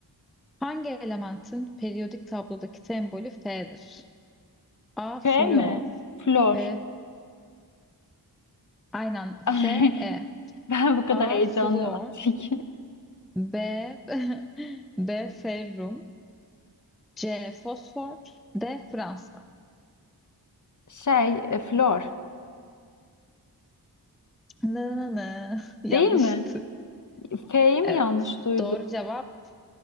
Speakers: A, in the centre; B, on the left.
A: Hangi elementin periyodik tablodaki sembolü Fe'dir? A. Flüor
B: Şey mi? Flor.
A: B. Aynen
B: <laughs> Ay,
A: Fe E.
B: ben bu kadar
A: A.
B: heyecanlıyım
A: Flüor
B: artık.
A: B. <laughs> B. Ferrum C. Fosfor D. Fransız
B: Şey, e, Flor.
A: Na na na. <laughs> Yanlıştı.
B: Değil mi? F'yi mi
A: Evet.
B: yanlış duydum?
A: Doğru cevap